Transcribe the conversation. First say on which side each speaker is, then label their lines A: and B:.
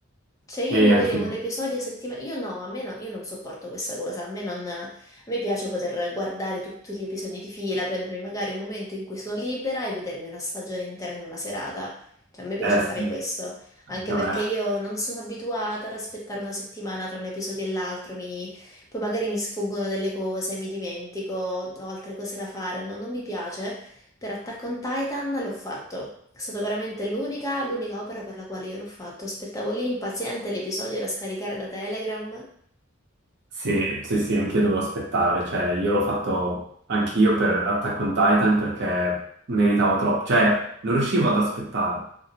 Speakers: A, on the left (about 15°); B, on the right (about 55°).
A: Cioè io
B: e
A: mi
B: anch'io.
A: vedevo un episodio settimanale, io no, a me non, io non sopporto questa cosa, a me, non, a me piace poter guardare tutti gli episodi di fila, prendermi magari un momento in cui sono libera e vedermi una stagione intera in una serata. Cioè a me piace
B: Eh sì,
A: fare questo, anche
B: anche
A: perché
B: a me.
A: io non sono abituata ad aspettare una settimana tra un episodio e l'altro, poi magari mi sfuggono delle cose, mi dimentico, ho altre cose da fare, no, non mi piace. Per Attack on Titan l'ho fatto. È stata veramente l'unica, l'unica opera per la quale io l'ho fatto. Aspettavo lì impaziente, l'episodio da scaricare da Telegram.
B: Sì, sì, sì, anch'io devo aspettare, cioè io l'ho fatto anch'io per Attack on Titan perché meritava troppo, cioè non riuscivo ad aspettare,